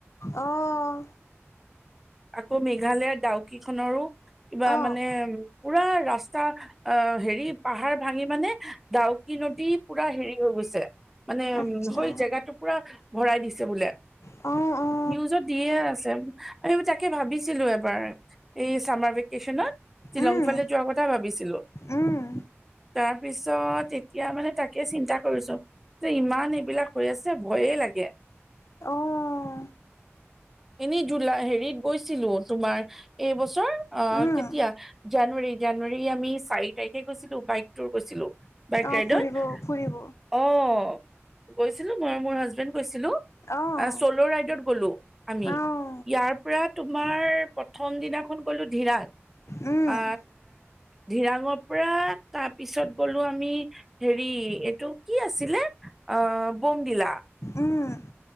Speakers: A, on the left; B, in the centre.
A: অঁ।
B: আকৌ মেঘালয়ৰ ডাউকিখনৰো কিবা
A: অ',
B: মানে পুৰা ৰাস্তা অ হেৰি পাহাৰ ভাঙি মানে ডাউকি নদী পুৰা হেৰি হৈ গৈ মানে
A: আচ্ছা।
B: উ হৈ জেগাটো পুৰা ভৰাই দিছে বোলে।
A: অ', অ।
B: নিউজত দিয়ে আছে, আমি তাকে ভাবিছিলো এবাৰ এই চামাৰ ভেকেশচনত! শ্বিলংফালে
A: উম,
B: যোৱা কথা ভাবিছিলো!
A: উম,
B: তাৰ পিছত এতিয়া মানে তাকে চিন্তা কৰিছো! যে ইমান এইবিলাক হৈ আছে ভয়ে লাগে।
A: অ
B: এনে জুলাই হেৰিত গৈছিলো তোমাৰ এই বছৰ আহ
A: উম,
B: কেতিয়া জানুৱাৰী জানুৱাৰী আমি চাৰি তাৰিখে গৈছিলো, বাইক ৰ গৈছিলো। বাইক
A: অ',
B: ৰাইডত
A: ফুৰিব ফুৰিব
B: অ' গৈছিলো, মই মোৰ হাজবেণ্ড গৈছিলো
A: অ',
B: আ চ'ল' ৰাইডত গ'লো আমি।
A: অ',
B: ইয়াৰ পৰা তোমাৰ প্ৰথম দিনাখন গলো ধিৰাং,
A: উম,
B: আ ধিৰাঙৰ পৰা তাৰপিছত গলো আমি হেৰি এইটো কি আছিলে অ' বোমডিলা।
A: উম,